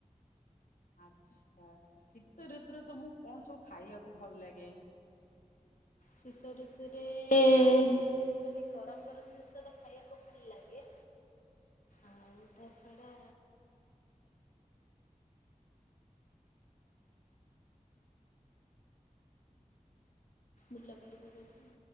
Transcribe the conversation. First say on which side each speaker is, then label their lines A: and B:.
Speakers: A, on the left; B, on the left.
A: ଆଚ୍ଛା ଶୀତ ଋତୁରେ ତମକୁ କଣ ସବୁ ଖାଇବାକୁ ଭଲ ଲାଗେ?
B: ଶୀତ ଋତୁରେ ବିଶେଷ କରି ଗରମ ଗରମ ଜିନିଷ ତ ଖାଇବାକୁ ଭଲ୍ ଲାଗେ। ଆଉ ତ ଛାଡ଼ ବୁଲା ବୁଲି କରିଆକୁ।